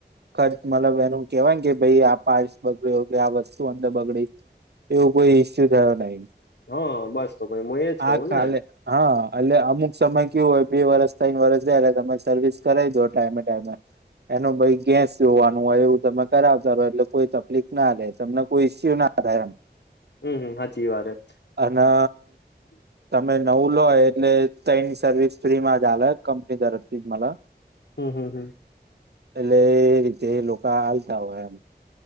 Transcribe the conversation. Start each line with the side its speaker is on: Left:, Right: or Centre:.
Right: ખચ મતલબ એનું કેવાય કે ભાઈ આ પાારસ બગડ્યો આ વસ્તુ અંદર બગડી એવું કોઈ ઈસ્યુ થયો નહી
Left: હઅ બસ તો ભાઈ હું એજ કઉ
Right: આ
Left: ને
Right: ખાલે હા એટલે અમુક સમય કેવું હોય બે વરસ તઈણ વરસ થ્યાં એટલે તમે સર્વિસ કરાવી દો ટાઈમે ટાઈમે
Left: <inaudible>
Right: એનો ભાઈ ગેસ જોવાનું હોય એવું તમે કરાવતા રહો એટલે કોઈ તફલીક ના લે તમને કોઈ ઈસ્યુ ના થાય એમ
Left: હમ હમ સાચી વાત
Right: અને
Left: હમ્મ
Right: તમે નવું લો એટલે તઈણ સર્વિસ ફ્રી માં જ આલે કંપની તરફ થી મલ
Left: હમ્મ હમ્મ હમ્મ
Right: એટલે એ રીતે લોકો આલતા હોય એમ